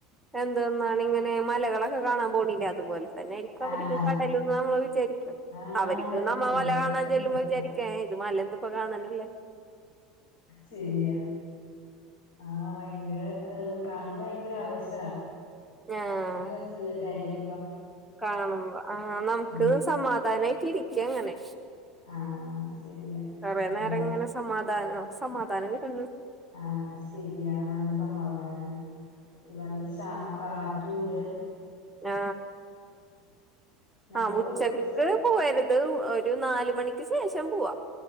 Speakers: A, in the centre; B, on the left (about 55°).
A: എന്തൊന്നാണ് ഇങ്ങനെ മലകളൊക്കെ കാണാൻ പോണില്ലേ അ അതുപോലെ തന്നൊയിരിക്കും അവർക്ക്
B: ആഹ്
A: കടലന്ന് നമ്മൾ വിചാരി
B: ആഹ്
A: അവർക്ക്
B: അതെ ഭയങ്കര
A: നമ്മ മല കാണാൻ
B: സന്തോഷാ
A: ചൊല്ലുമ്പോ വിചാരിക്കും ഏ ഇത് മല ഇതിപ്പം കാണാനും
B: ശരിയാ ആ ഭയങ്കര കാണുമ്പം ഭയങ്കര ആവേശ
A: ആഹ്
B: നല്ല രസണ്ട് <unintelligible>
A: കാണുമ്പോ ആ നമുക്കത്
B: ഉം
A: സമാധാനമായിട്ട് ഇരി ക്ക്യങ്ങനെ
B: ആഹ് ശരിയാ
A: കൊറെനേരങ്ങനെ
B: അങ്ങനെ
A: സമാധാനം. സമാധാനം കിട്ട്ണ
B: ആ ശരിയാ നല്ല സമാധാനാണ്. നല്ലശാ കാ റ്റൂണ്ട്
A: ആ
B: ഞങ്ങള്
A: ആ ഉച്ചക്ക്
B: ഒരുസം
A: പോവുരുത്. ഒരു നാലുമണി ക്കി ശേഷം പൂവാ